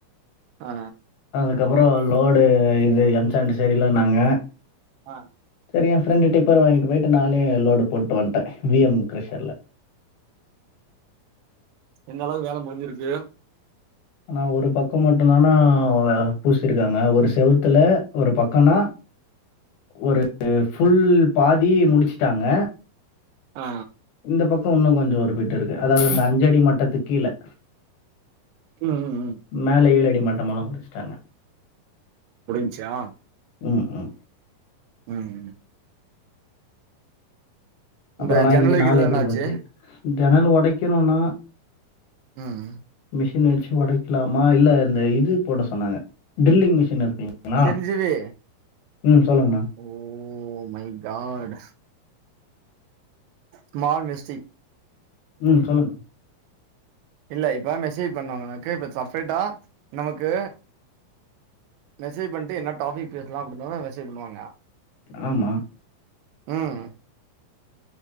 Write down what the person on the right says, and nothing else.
ஆ
ஆ
எந்தளவுக்கு வேல முடிஞ்சிருக்கு
ஆ
ம் ம் ம்
முடிஞ்ச்சா
ம் ம்
இந்த ஜன்னல்
வைக்கிறது
என்னாச்சு
ம்
செஞ்சிடு
ஓ மை காட் ஸ்மால் மிஸ்டி
இல்ல இப்பதா மெசேஜ் பண்ணாங்க எனக்கு இப்ப சப்ரேட்டா நமக்கு மெசஜ் பண்ட்டு என்ன டாப்பிக் பேசலா அப்டினு தான மெேஜ் பண்ணுவாங்க
ம்